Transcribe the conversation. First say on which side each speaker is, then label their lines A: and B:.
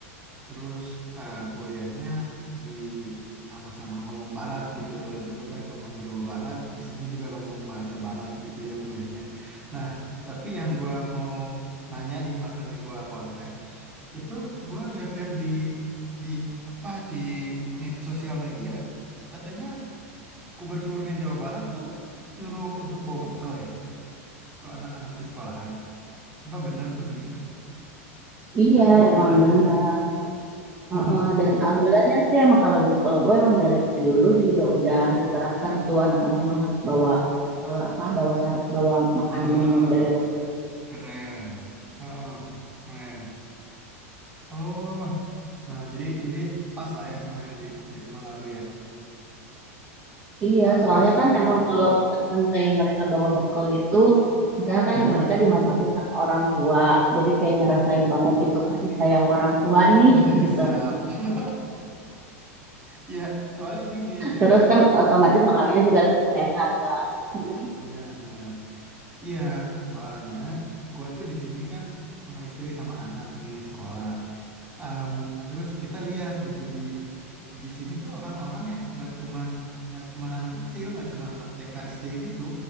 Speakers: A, on the right; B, on the right.
A: Terus eh, kuliahnya di sama-sama ngomong barat gitu. Kalau dulu kan ngomong Jawa Barat, di sini juga ngomong bahasa barat gitu ya kuliahnya. Nah, tapi yang gua mau nanya nih makanya gua kontak, itu gua lihat-lihat di di apa di med- sosial media katanya gubernurnya Jawa Barat tuh nyuruh untuk bawa bekal ya, sekolah anak-anak di sekolahan. Apa bener tuh begitu?
B: Iya,
A: Makanya gua
B: emang
A: mau nanya.
B: benar.
A: Heeh. Hmm.
B: Heeh, dan alhamdulillahnya sih emang kalau di sekolah gue emang dari dulu juga udah diterapkan tuh anak-anak emang harus bawa eh, apa bawa sar- bawa makan
A: Ah.
B: minum dari rumah.
A: Keren. Heeh, keren. Oh, nah jadi jadi pas lah ya sama yang di di sekolah lu ya.
B: Iya,
A: Eh,
B: soalnya
A: biasa.
B: kan emang kalau misalkan kayak mereka bawa bekal itu, misalnya kan
A: Heeh.
B: mereka dimasakin sama orang tua, jadi kayak ngerasain banget gitu kasih sayang orang tua
A: Widih,
B: nih gitu.
A: siap. <laughs> Ya, soalnya gini deh.
B: Terus kan otomatis
A: Hmm,
B: makanannya juga lebih sehat. Hmm.
A: bener bener. Iya, soalnya gua tuh di sini kan sama istri sama anak nih sekolah. Em, terus kita lihat gitu di di sini tuh orang-orang ya nggak cuman nggak cuman anak kecil, nggak cuman anak TK SD gitu,